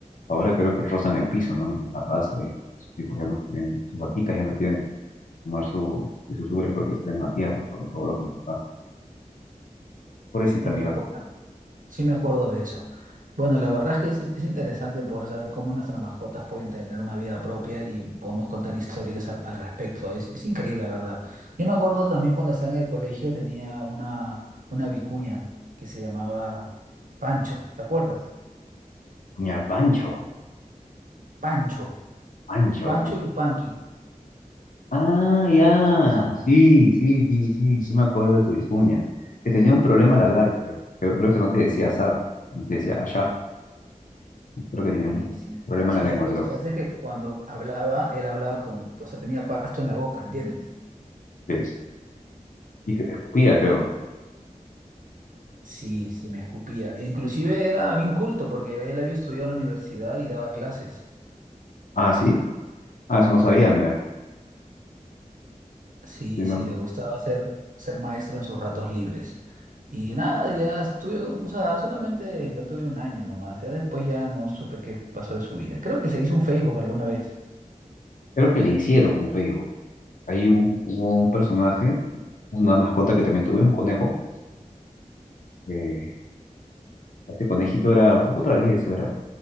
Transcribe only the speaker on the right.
Y
me acuerdo.
Sí me acuerdo de eso. Bueno, la verdad es que es, es interesante poder saber cómo nuestras mascotas pueden tener una vida propia y podemos contar historias al, al respecto. Es, es increíble, la verdad. Yo me acuerdo también cuando estaba en el colegio tenía una, una vicuña que se llamaba Pancho, ¿te acuerdas?
Pancho,
Pancho Yupanqui.
Y
sí,
sí,
lo
que pasa es que cuando hablaba, él hablaba con, o sea, tenía pasto en la boca, ¿entiendes?
Sí, sí, me escupía. E Inclusive era bien culto porque él había estudiado en la universidad y daba clases.
Sí,
sí, le gustaba ser, ser maestro en sus ratos libres. Y nada, ya estuve, o sea, solamente lo tuve un año nomás. Ya después ya no supe qué pasó de su vida. Creo que se hizo un Facebook alguna vez.